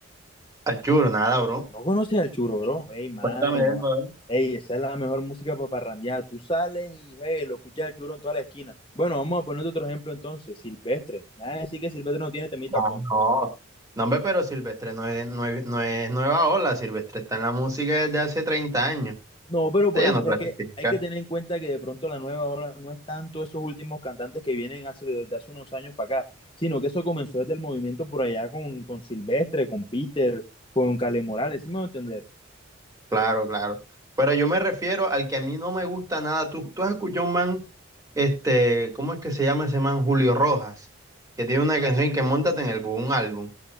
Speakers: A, on the right; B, on the left.
A: Al churro, nada, bro.
B: No conoces al Churoro. Ey, mano.
A: Cuéntame de él,
B: Ey, esa es la mejor música para parrandear. Tú sales y ey, lo escuchas al Churo en toda la esquina. Bueno, vamos a poner otro ejemplo entonces. Silvestre. Me van a decir que Silvestre no tiene temitas
A: Ah,
B: buenas.
A: no. No, hombre, pero Silvestre no es, no es- no es nueva ola. Silvestre está en la música desde hace 30 años.
B: No, pero
A: Usted
B: por
A: ya
B: eso,
A: no
B: o
A: clasifica.
B: sea, es que hay que tener en cuenta que de pronto la nueva ola no es tanto esos últimos cantantes que vienen hace, desde hace unos años para acá, sino que eso comenzó desde el movimiento por allá con, con Silvestre, con Peter, con Cale Morales, ¿sí me voy a entender?
A: Claro, claro. Pero yo me refiero al que a mí no me gusta nada. Tú, tú has escuchado un man, este, ¿cómo es que se llama ese man? Julio Rojas, que tiene una canción que Móntate en el Bus, un álbum.